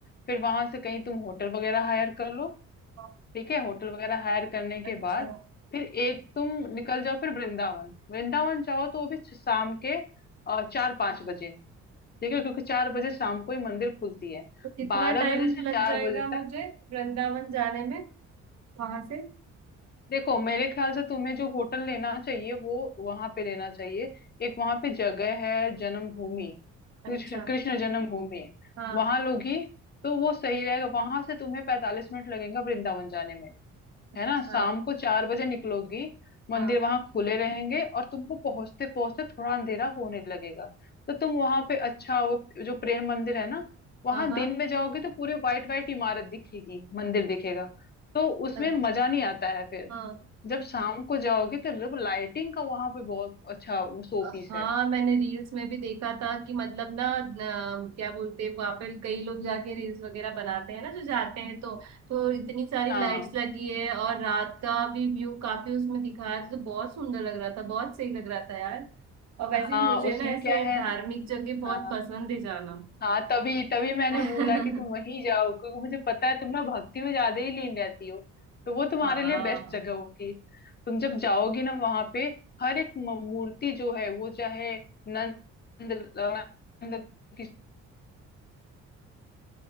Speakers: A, on the left; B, on the right.
A: फिर वहां से कहीं तुम होटल वगैरह हायर कर लो
B: हाँ,
A: ठीक है होटल वगैरह हायर करने के
B: अच्छा
A: बाद फिर एक तुम निकल जाओ फिर वृंदावन वृंदावन जाओ तो वो भी शाम के अ, चार पाँच बजे देखिए क्योंकि चार बजे शाम को ही मंदिर खुलती है
B: तो कितना
A: बारह
B: टाइम
A: बजे से
B: लग
A: चार
B: जाएगा
A: बजे तक
B: मुझे वृंदावन जाने में वहां से
A: देखो मेरे ख्याल से तुम्हें जो होटल लेना चाहिए वो वहां पे लेना चाहिए एक वहां पे जगह है जन्मभूमि
B: अच्छा
A: कृष्ण कृष्ण जन्मभूमि
B: हाँ
A: वहां लोगी तो वो सही रहेगा वहां से तुम्हें पैंतालीस मिनट लगेगा वृंदावन जाने में
B: अच्छा
A: है ना शाम को चार बजे निकलोगी मंदिर
B: हाँ
A: वहां खुले रहेंगे और तुमको पहुंचते पहुंचते थोड़ा अंधेरा होने लगेगा तो तुम वहां पे अच्छा वो जो प्रेम मंदिर है ना वहां
B: हाँ हाँ
A: दिन में जाओगी तो पूरी व्हाइट व्हाइट इमारत दिखेगी मंदिर दिखेगा तो उसमें
B: अच्छा
A: मजा नहीं आता है फिर
B: हाँ
A: जब शाम को जाओगी तो लाइटिंग का वहां पे बहुत अच्छा वो शो
B: हाँ
A: पीस है
B: मैंने रील्स में भी देखा था कि मतलब ना न, क्या बोलते हैं वहां पर कई लोग जाके रील्स वगैरह बनाते हैं ना जो जाते हैं तो तो इतनी सारी
A: हाँ
B: लाइट्स लगी है और रात का भी व्यू काफी उसमें दिखाया था तो बहुत सुंदर लग रहा था बहुत सही लग रहा था यार और वैसे
A: हाँ
B: ही मुझे
A: उसमें
B: ना ऐसे
A: क्या है
B: धार्मिक
A: ना
B: जगह बहुत
A: हाँ।
B: पसंद है जाना
A: हाँ तभी तभी मैंने
B: <laughs>
A: बोला कि तुम वहीं जाओ क्योंकि मुझे पता है तुम ना भक्ति में ज्यादा ही लीन रहती हो तो वो तुम्हारे
B: हाँ
A: लिए बेस्ट जगह होगी तुम जब जाओगी ना वहां पे हर एक म- मूर्ति जो है वो चाहे नंद नंद की-